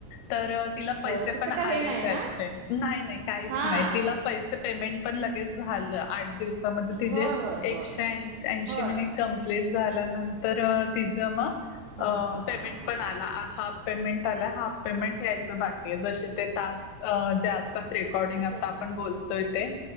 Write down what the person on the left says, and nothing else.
तर तिला
पैसे
पण
आले
त्याचे.
नाही नाही. काहीच
नाही तिला पैसे पेमेंट पण लगेच झाल. आठ दिवसामध्ये तिचे
एकशे
ऐंशी
मिनिट कम्पि <unintelligible> झाल्यानंतर तिच मग
पेमेंट
पण आला
हा पेमेंट आला, हाफ पेमेंट यायच बाकी आहे. जशे ते टास्क जे असतात रेकॉर्डिंग
आता
आपण बोलतोय ते